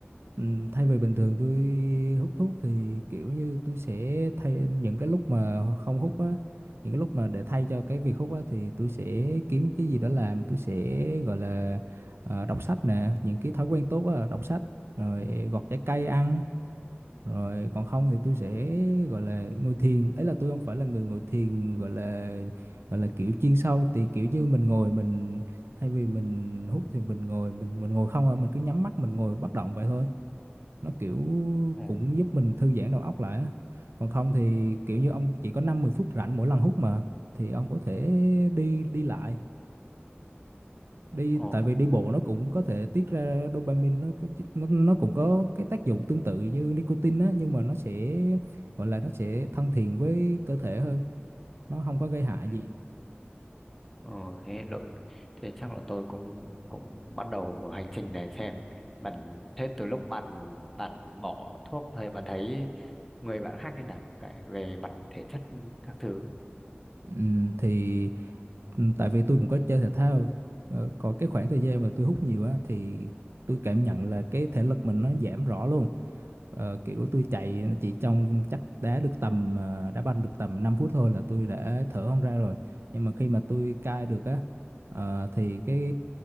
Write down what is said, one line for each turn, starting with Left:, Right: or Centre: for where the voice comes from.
Right: ừm, thay vì bình thường tôi hút thuốc thì kiểu như tôi sẽ thay những cái lúc mà không hút á những cái lúc mà để thay cho cái việc hút á thì tôi sẽ kiếm cái gì đó làm tôi sẽ gọi là ờ, đọc sách nè những cái thói quen tốt á đọc sách rồi gọt trái cây ăn rồi còn không thì tôi
Centre: Ừ.
Right: sẽ gọi là ngồi thiền ấy là tôi không phải là người ngồi thiền gọi là gọi là kiểu chuyên sâu thì kiểu như mình ngồi mình thay vì mình hút thì mình ngồi mình mình ngồi không thôi mình cứ nhắm mắt mình ngồi bất động vậy thôi nó kiểu
Centre: Ồ,
Right: cũng giúp mình thư giãn đầu óc lại á còn không thì kiểu
Centre: ồ,
Right: như ông chỉ có năm mười phút rảnh mỗi lần hút mà thì ông có thể đi đi lại đi
Centre: ồ,
Right: tại vì đi bộ
Centre: ồ.
Right: nó cũng có thể tiết ra dopamine nó có nó, nó cũng có cái tác dụng tương tự như nicotine á nhưng mà nó sẽ gọi là nó sẽ thân thiện với cơ thể hơn nó không có gây hại
Centre: Ừ.
Right: gì
Centre: Ờ, thế đội thế chắc là tôi cũng cũng bắt đầu vào hành trình này xem bạn thế từ lúc bạn bạn bỏ thuốc thì bạn thấy người bạn khác như nào cái về mặt thể chất các thứ
Right: Ừm, thì ừm, tại vì tôi cũng có chơi thể thao ờ, còn cái khoảng thời gian mà tôi hút nhiều á thì tôi cảm nhận là cái thể lực mình nó giảm rõ luôn Ờ, kiểu tôi chạy chỉ trong chắc đá được tầm ờ, đá banh được tầm 5 phút thôi là tôi đã thở không ra rồi nhưng mà khi mà tôi cai được á ờ, thì cái